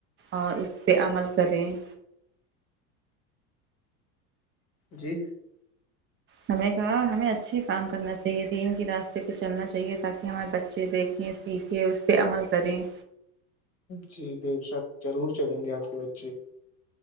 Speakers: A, on the right; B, on the left.
A: اور اس پہ عمل کریں
B: جی
A: ہمیں کہا ہمیں اچھے کام کرنا چاہیے دین کی راستے پہ چلنا چاہیے تاکہ ہمارے بچے دیکھیں سیکھیں اس پہ عمل کریں
B: جی بے شک ضرور چلیں گے آپ کے بچے